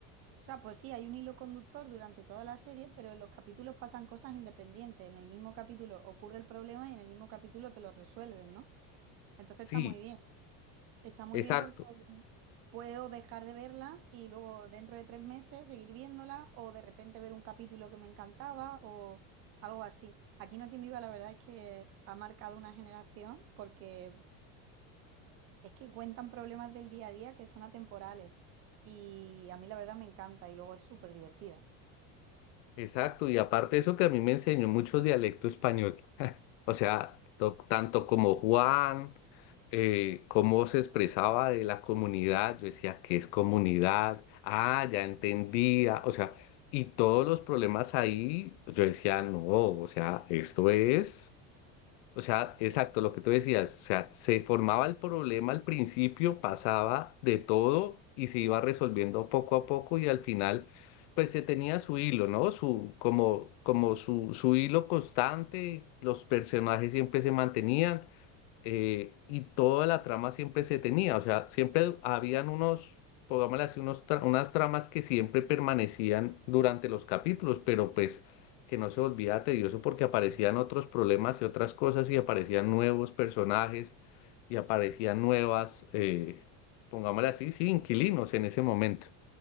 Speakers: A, on the right (about 35°); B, on the left (about 55°).
A: sea, pues sí, hay un hilo conductor durante toda la serie, pero en los capítulos pasan cosas independientes. En el mismo capítulo ocurre el problema y en el mismo capítulo te lo resuelven, ¿no? Entonces
B: Sí,
A: está muy bien. Está muy
B: exacto.
A: bien porque puedo dejar de verla y luego dentro de tres meses seguir viéndola o de repente ver un capítulo que me encantaba o algo así. Aquí no hay quien viva, la verdad es que ha marcado una generación porque es que cuentan problemas del día a día que son atemporales y a mí la verdad me encanta y luego es súper divertida.
B: Exacto, y aparte eso que a mí me enseñó mucho dialecto español, <laughs> o sea, to- tanto como Juan, eh, cómo se expresaba de la comunidad, yo decía, ¿qué es comunidad? Ah, ya entendía, o sea, y todos los problemas ahí, yo decía, no, o sea, esto es... O sea, exacto, lo que tú decías, o sea, se formaba el problema al principio, pasaba de todo y se iba resolviendo poco a poco y al final, pues se tenía su hilo, ¿no? Su, como, como su, su hilo constante, los personajes siempre se mantenían eh, y toda la trama siempre se tenía, o sea, siempre habían unos, pongámosle así, unos tra- unas tramas que siempre permanecían durante los capítulos, pero pues que no se volvía tedioso porque aparecían otros problemas y otras cosas y aparecían nuevos personajes y aparecían nuevas, eh, pongámosle así, sí, inquilinos en ese momento.